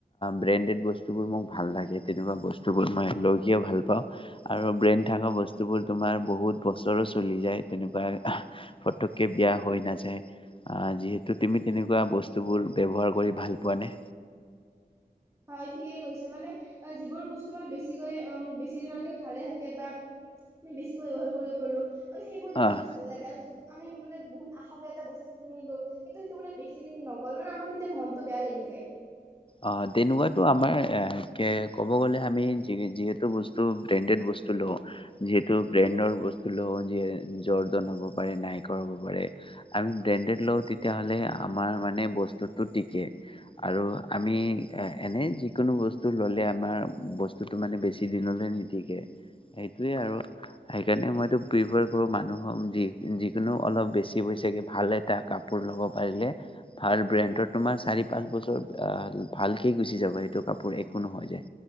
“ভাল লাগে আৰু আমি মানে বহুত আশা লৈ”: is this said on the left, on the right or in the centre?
Right